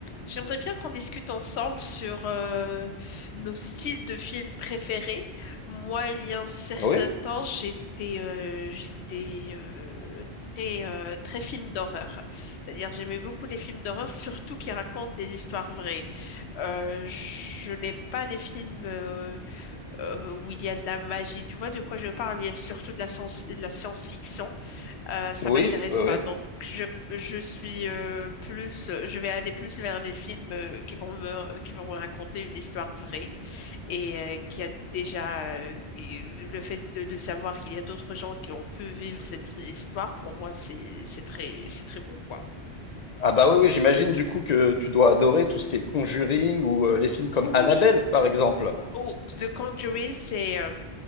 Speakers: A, on the left (about 80°); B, on the left (about 55°).
A: J'aimerais bien qu'on discute ensemble sur euh, nos styles de films préférés. Moi, il y a un certain
B: Ah Oui,
A: temps, j'étais euh, j'étais euh, très, euh, très film d'horreur. C'est-à-dire, j'aimais beaucoup les films d'horreur, surtout qui racontent des histoires vraies. Euh, je n'aime pas les films euh, euh, où il y a de la magie. Tu vois de quoi je parle? Il y a surtout de la, science- de la science-fiction euh, ça
B: oui,
A: m'intéresse
B: oui,
A: pas.
B: oui.
A: Donc, je, je suis euh, plus, je vais aller plus vers des films euh, qui vont me, qui vont me raconter une histoire vraie et euh, qui a déjà euh, qui- le fait de, de savoir qu'il y a d'autres gens qui ont pu vivre cette histoire. Pour moi, c'est, c'est très, c'est très beau, quoi.
B: Ah bah oui, oui, j'imagine du coup que tu dois adorer tout ce qui est Conjuring ou euh, les films comme
A: Oui,
B: Annabelle, par exemple.
A: oh, The Conjuring, c'est euh,